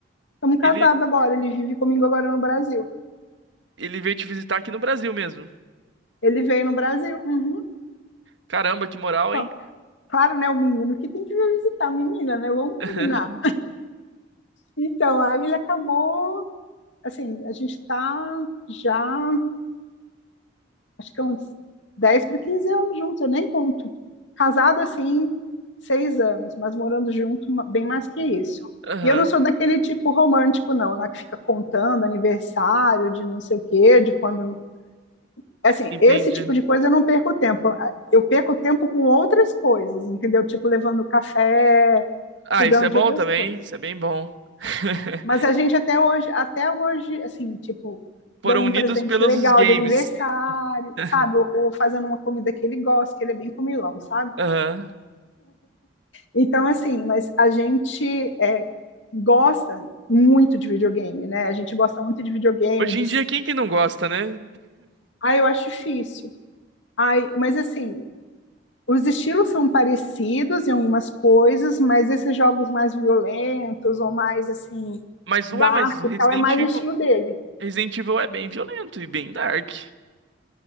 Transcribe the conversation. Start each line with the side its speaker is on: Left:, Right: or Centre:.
Left: estamos casados
Right: Ele,
Left: agora, ele vive comigo agora no Brasil.
Right: ele veio te visitar aqui no Brasil mesmo.
Left: Ele veio no Brasil, uhum.
Right: Caramba, que moral,
Left: Ó,
Right: hein?
Left: Claro, né, o menino que tem que vir visitar a menina, né? Vamos
Right: <laughs>
Left: combinar. Então, aí ele acabou, assim, a gente está já acho que é uns 10 para 15 anos juntos, eu nem conto. Casado assim, seis anos, mas morando junto bem mais que isso.
Right: Aham,
Left: E eu não sou daquele tipo romântico, não, né, que fica contando aniversário de não sei o quê, de quando. Assim,
Right: entendi.
Left: esse tipo de coisa eu não perco tempo. Eu perco tempo com outras coisas, entendeu? Tipo, levando café,
Right: Ah,
Left: cuidando
Right: isso é
Left: de
Right: bom
Left: outras
Right: também.
Left: coisas.
Right: Isso é bem bom. <laughs>
Left: Mas a gente até hoje, até hoje, assim, tipo,
Right: Foram
Left: dando um
Right: unidos
Left: presente
Right: pelos
Left: legal
Right: games.
Left: de aniversário,
Right: <laughs>
Left: sabe? Ou, ou fazendo uma comida que ele gosta, que ele é bem comilão, sabe?
Right: Aham.
Left: Então, assim, mas a gente é, gosta muito de videogame, né? A gente gosta muito de videogame,
Right: Hoje
Left: de...
Right: em dia, quem que não gosta, né?
Left: Ah, eu acho difícil. Ai, mas assim, os estilos são parecidos em algumas coisas, mas esses jogos mais violentos ou mais, assim,
Right: Mas,
Left: dark
Right: ué, mas Resident
Left: e tal, é mais
Right: Evil,
Left: o estilo dele.
Right: Resident Evil é bem violento e bem dark.